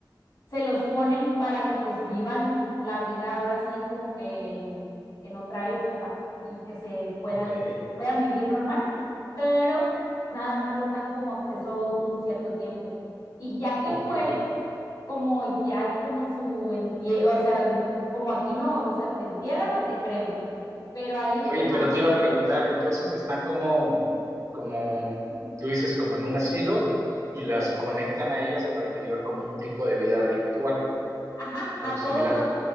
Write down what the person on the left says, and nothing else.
se los ponen para que pues vivan la vida ahora sí como que en, en otra época y que se puedan,
puedan vivir normal, pero nada más les dan como acceso un cierto tiempo. Y ya que
muere, como ya como su entie o sea, como aquí no, o sea, te entierran o te creman, pero ahí
te mandan,
ajá,
a
todos los,